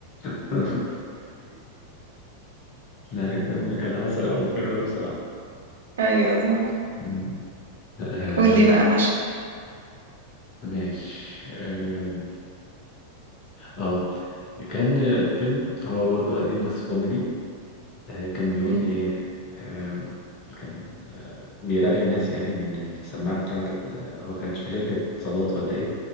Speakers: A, on the left; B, on the right.
A: <laughs> لا كان كان عسل أوي الفيلم ده بصراحة
B: <laughs> ايوه صح
A: مم. آه
B: قول لي بقى ماشي
A: ماشي آه اه كان فيلم هو برضو قديم بس كوميدي آه، كان بيقول
B: مم.
A: ايه آم، كان بيراقب ناس يعني من السماعة بتاعت ال... هو كانش في شركة اتصالات ولا ايه